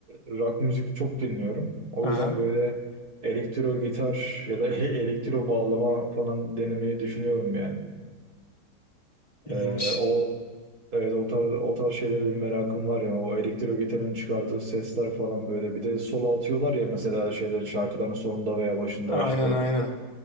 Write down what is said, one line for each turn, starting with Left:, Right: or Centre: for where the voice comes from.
Right: rock müzik çok dinliyorum. O
Left: Aha,
Right: yüzden böyle elektro gitar ya da <laughs> elektro bağlama falan denemeyi düşünüyorum yani.
Left: iyiymiş.
Right: E, o evet o tarz o tarz şeylere bir merakım var ya. O elektro gitarın çıkardığı sesler falan böyle. Bir de solo atıyorlar ya mesela şeyleri şarkıların sonunda veya başında
Left: Aynen
Right: işte.
Left: aynen.